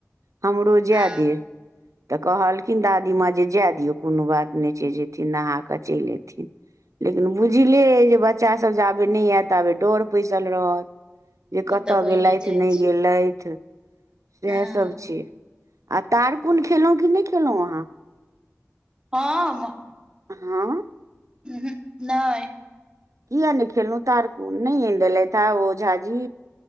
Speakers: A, on the right; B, on the right.
A: हमरो जा
B: हँ
A: डिये तऽ कहलखिन दादी माँ जे जाए दियौ कोनो बात नहि छै जेयथिन नहा कऽ चलि अथिन लेकिन बुझले अइ जे बच्चासभ जाबे नहि आयत ताबे डर पैसल रहत जे कतय
B: ओ तऽ भइए
A: गेलथ
B: जाइ
A: नहि
B: छै
A: गेलथ सएह
B: हँ
A: सब छी आ तारकुन खेलहुँ कि नहि खेलहुँ अहाँ
B: हम
A: हँ
B: उहु नै
A: किया नहि खेलहु तारकु नहि आन देलैथ ओझा जी